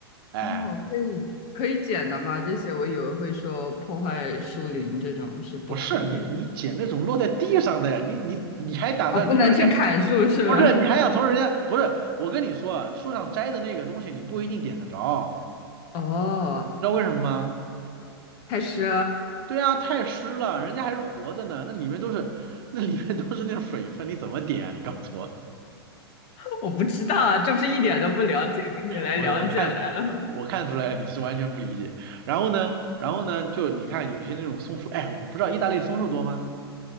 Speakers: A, on the right; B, on the left.
A: 哎，
B: 哦，可以可以剪的吗？这些我以为会说破坏树林这种是不可以的，
A: 不是你你捡那种落在地上的，你你你还打算从人家
B: 哦，不能去砍树是吧？
A: 不是，你还想从人家？不是，我跟你说啊，树上摘的那个东西你不一定点得着，
B: 哦，
A: 知道为什么吗？
B: 太师，
A: 对啊，太湿了，人家还是活着呢，那里面都是那里面都是那种水分，你怎么点啊？你告诉我，
B: <laughs> 我不知道啊，这不是一点都不了解，跟你来了解来了。
A: 我我看我我看出来了，
B: 吗？
A: 你是完全不理解。然后呢，然后呢，就你看有些那种松树，哎，我不知道意大利松树多吗？